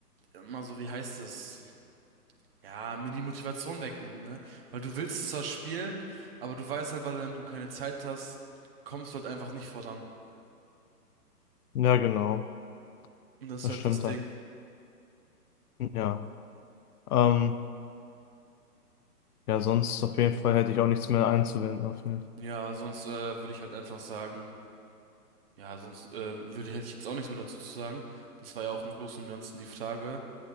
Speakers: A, on the right; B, on the left.
A: immer so, wie heißt es? Ja, mir die Motivation wegnimmt, ne? Weil du willst es zwar spielen, aber du weißt halt, weil dann du keine Zeit hast, kommst du halt einfach nicht voran.
B: Ja, genau,
A: Und das
B: das
A: ist halt
B: stimmt
A: das Ding.
B: dann. Ja, ähm, ja, sonst auf jeden Fall hätte ich auch nichts mehr einzuwenden, auf jeden Fall.
A: Ja, sonst äh, würde ich halt einfach sagen. Ja, sonst äh, würde, hätte ich jetzt auch nichts mehr dazu zu sagen. Das war ja auch im Großen und Ganzen die Frage.